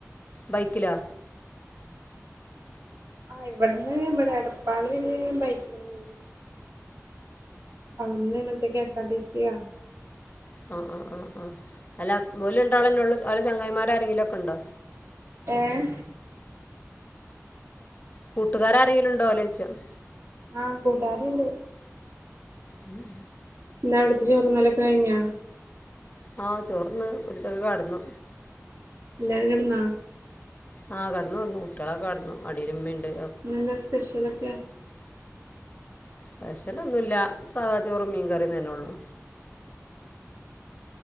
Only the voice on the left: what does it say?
ബൈക്കിലോ
ആഹ് ആഹ് ആഹ് ആഹ് അല്ല ഓല് രണ്ടാളെന്നെള്ളൂ ഓലെ ചങ്ങായിമാർ ആരെങ്കിലൊക്കെണ്ടോ
കൂട്ടുകാരാരെങ്കിലും ഉണ്ടോ ഓലെ ചോയ്ച്ച
ഉം
ആഹ് ചോർന്ന് ഒര് തക്കെ കടന്നു
ആഹ് കെടന്നു കെടന്നു കുട്ടിയോളൊക്കെ കെടന്നു അടീല് ഇമ്മീണ്ട്.
സ്പെഷ്യലൊന്നൂല്ല സാധാചോറും മീൻ കറീം തന്നെള്ളൂ